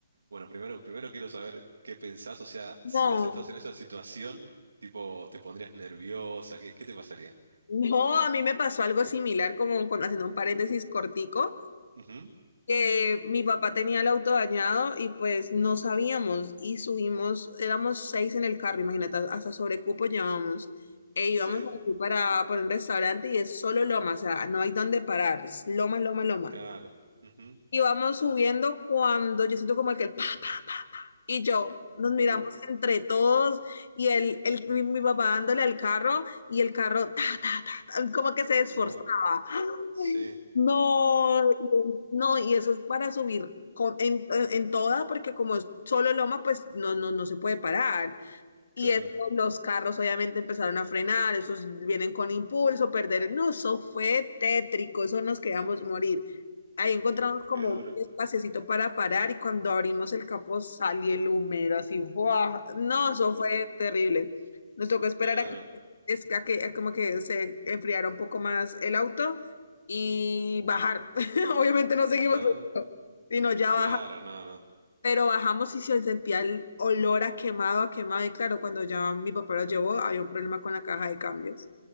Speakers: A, on the right; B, on the left.
A: bueno, primero, primero quiero saber qué pensás, o sea,
B: No,
A: si vos estás en esa situación, tipo, ¿te pondrías nerviosa? ¿Qué, qué te pasaría?
B: no, a mí me pasó algo similar, como con, haciendo un paréntesis cortico.
A: Ujú,
B: que mi papá tenía el auto dañado y pues no sabíamos y subimos, éramos seis en el carro, imagínate, hasta sobrecupo llevábamos. E íbamos
A: Sí,
B: aquí para, para un restaurante y es solo loma, o sea, no hay dónde parar, es loma, loma, loma.
A: claro. ujú,
B: Y vamos subiendo cuando yo siento como el que el pa, pa, y yo nos miramos
A: Uh,
B: entre todos y el, el, mi, mi papá dándole al carro y el carro ta, ta, ta, ta, como que se esforzaba.
A: no,
B: Ay,
A: sí,
B: No, no, y eso es para subir con- en, en toda, porque como es solo loma, pues no, no, no se puede parar.
A: claro,
B: Y eso, los carros obviamente empezaron a frenar, esos vienen con impulso, perder. No, eso fue tétrico, eso nos quedamos morir. Ahí encontramos como
A: qué duro.
B: un espacecito para parar y cuando abrimos el capó salió el humero así, ¡fua! No, eso
A: Uh,
B: fue terrible. Nos tocó esperar
A: claro,
B: a que, es que, a que- como que se enfriara un poco más el auto y bajar. <laughs> Obviamente no seguimos,
A: no.
B: sino ya
A: Claro,
B: bajar.
A: no, no.
B: Pero bajamos y se sentía el olor a quemado, a quemado. Y claro, cuando ya mi papá lo llevó, había un problema con la caja de cambios.